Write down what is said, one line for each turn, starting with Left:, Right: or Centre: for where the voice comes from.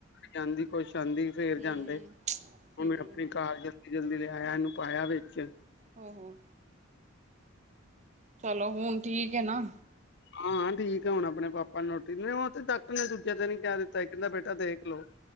Left: ਜਾਂਦੀ ਕੋਈ, ਜਾਦੀ ਫੇਰ
Right: ਹੂੰ
Left: ਜਾਂਦੇ
Right: ਹੂੰ
Left: ਉਵੇਂ ਆਪਣੀ ਕਾਰਜ ਜਲਦੀ ਲੇ ਆਇਆ ਇਹਨੂੰ ਪਾਇਆ ਵਿੱਚ
Right: ਹੋ-ਹੋ। ਚਲੋ, ਹੁਣ ਠੀਕ ਏ ਨਾ?
Left: ਹਾਂ ਠੀਕ ਆ ਹੁਣ ਆਪਣੇ ਪਾਪਾ <unintelligible> ਉਹ ਤੇ ਡਾਕਟਰ ਨੇ ਦੂਜੇ ਦਿਨ ਹੀ ਕਹਿ ਦਿੱਤਾ, ਕਹਿੰਦਾ ਬੇਟਾ ਦੇਖ ਲੋਓ।